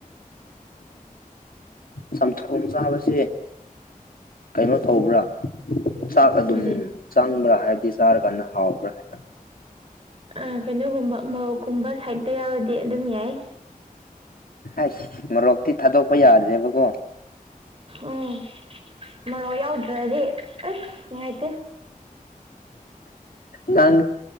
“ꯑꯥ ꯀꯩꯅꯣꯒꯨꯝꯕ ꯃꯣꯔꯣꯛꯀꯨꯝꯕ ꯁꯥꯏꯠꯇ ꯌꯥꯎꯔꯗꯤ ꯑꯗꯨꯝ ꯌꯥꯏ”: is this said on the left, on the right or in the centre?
Right